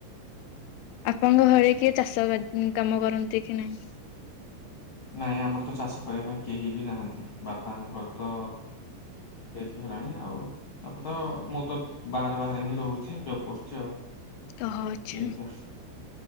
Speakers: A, on the left (about 85°); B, on the left (about 50°).
A: ଆପଣଙ୍କ ଘରେ କିଏ ଚାଷ କାମ କରନ୍ତି କି ନାହିଁ?
B: ନାଇଁ ଆମର ତ ଚାଷ କରିବା ପାଇଁ କେହି ବି ନାହାନ୍ତି ବାପାଙ୍କର ତ ଡେଥ ହେଲାଣି ଆଉ ତାପରେ ତ ମୁଁ ତ ବାହାରେ ବାହାରେ ହିଁ ରହୁଛି ଜବ୍ କରୁଛି ଆଉ।
A: ଓହୋ ଆଚ୍ଛା।
B: କେହି ତ